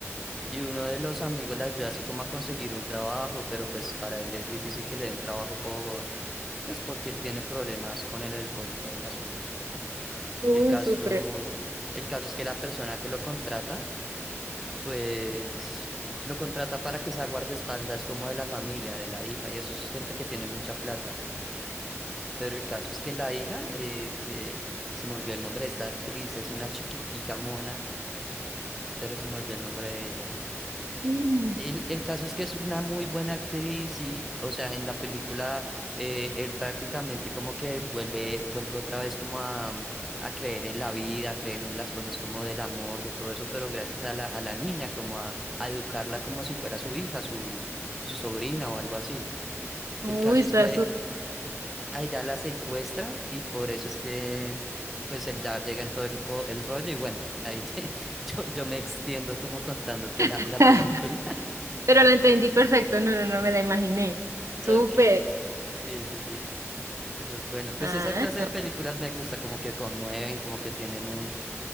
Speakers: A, in the centre; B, on the right.
A: Y uno de los amigos le ayuda así como a conseguir un trabajo, pero pues para él es difícil que le den trabajo por, pues porque él tiene problemas con el alcohol y todo el asunto.
B: Uy,
A: El caso,
B: súper.
A: el caso es que la persona que lo contrata pues lo contrata para que sea guardaespaldas como de la familia, de la hija, y eso es gente que tiene mucha plata. Pero el caso es que la hija, eh, que se me olvidó el nombre de esta actriz, es una chiquitica mona, pero se me olvidó el nombre de ella.
B: Mm.
A: El, el caso es que es una muy buena actriz y, o sea, en la película eh, él prácticamente como que vuelve, vuelve otra vez como a, mm, a creer en la vida, a creer en las cosas como del amor, de todo eso, pero gracias a la, a la niña, como a, a educarla como si fuera su hija, su, su sobrina o algo así.
B: Uy,
A: El caso
B: está
A: es que
B: súper.
A: a ella la secuestran y por eso es que pues él ya llega en todo el, co- el rollo y bueno, ahí <laughs> yo, yo me extiendo como contándote
B: <laughs>
A: la, la película.
B: Pero la entendí perfecto. No, no, no me la imaginé.
A: <laughs>
B: Súper.
A: Ok. Sí, sí, sí. Esa es buena. Pues
B: Ah,
A: esa clase
B: no.
A: de películas me gusta, como que conmueven, como que tienen un